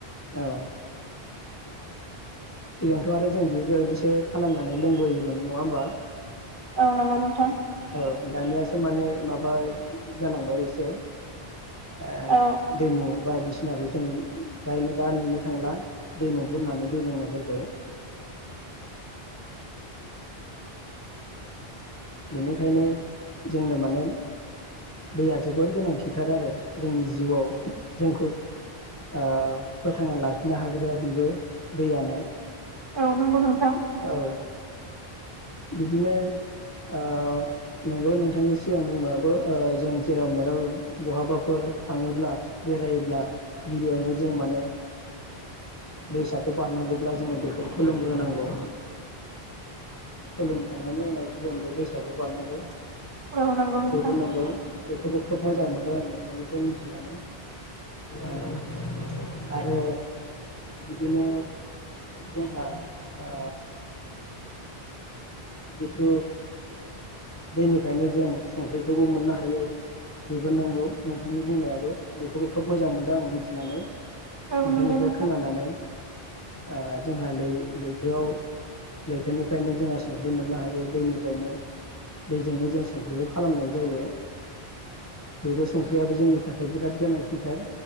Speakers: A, on the left; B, on the right.
A: औ <inaudible> सिगांथ' आरो जों बेबायदिसो खालामनानै लोंबोयोमोन नङा होमबा
B: औ नंगौ नोंथां
A: औ दानियासो माने माबा जालांबाय एसे आ
B: औ
A: दैमु बायदिसिनाखौ जों फ्रायनो दा नुनो थांला दैमु बुरनानै दै लोंनाय फोरखौ बेनिखायनो जोंनो माने दैया जोबोर गोनांथिथार आरो जोंनि जिउआव जोंखौ, ओ फोथांना लाखिनो हाग्राया बेबो दैयानो।
B: औ नंगौ नोंथां
A: औ बिदिनो ओ नोंगौ नोंथांनि सिगां बुंनायाबो ओ जों जेराव मेराव बहाबाफोर थाङोब्ला बेरायोब्ला गिबियावनो जों माने दैसाखौ बारनांगौब्ला जोङो बेखौ खुलुमग्रोनांगौ खुलुमखांनायनि उनावसो जों बे दैसाखौ बारनांगौ
B: औ नंगौ नोंथां।
A: बेबो नंगौ बेखौबो खोब मोजां मोनदों आं नोंथांनिफ्राय मिथिनानै ओ आरो बिदिनो जोंहा ओ जिथु दैनिफ्रायनो जों संख्रिखौबो मोननो हायो बेबो नंगौ नोंथांनि बुंनायाबो बेखौबो खोब मोजां मोनदों आं मिथिनानै
B: औ
A: नोंथांनिफ्राय
B: नंगौ नोंथां
A: खोनानानै ओ जोंहा लै-लैथोआव लैथोनिफ्रायनो जोंहा संख्रि मोननो हायो दैनिफ्रायनो, दैजोंनो जों संख्रिखौ खालामनाय जायो बेबो संख्रियाबो जोंनि थाखाय बिराद गोनांथिथार